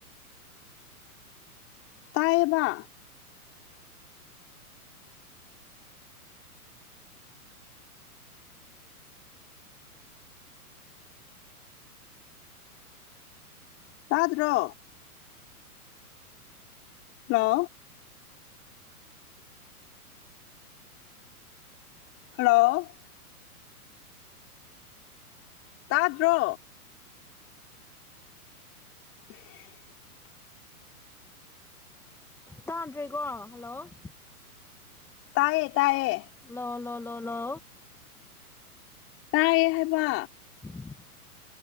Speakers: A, on the left (about 30°); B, in the centre.
A: ꯇꯥꯏꯕ ꯇꯥꯗ꯭ꯔꯣ ꯍꯂꯣ ꯍꯜꯂꯣ ꯇꯥꯗ꯭ꯔꯣ <unintelligible>
B: ꯇꯥꯗ꯭ꯔꯦꯀꯣ ꯍꯜꯂꯣ
A: ꯇꯥꯏꯌꯦ ꯇꯌꯦ
B: ꯂꯅ ꯂꯅ
A: ꯇꯥꯏꯌꯦ ꯍꯥꯏꯕ
B: <unintelligible>